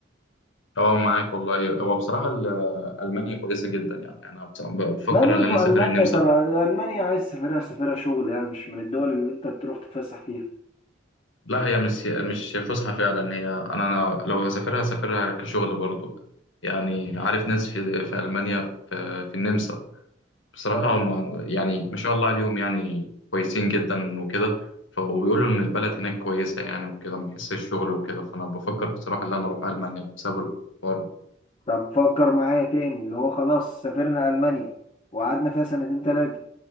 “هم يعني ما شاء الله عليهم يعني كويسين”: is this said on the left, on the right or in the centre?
Left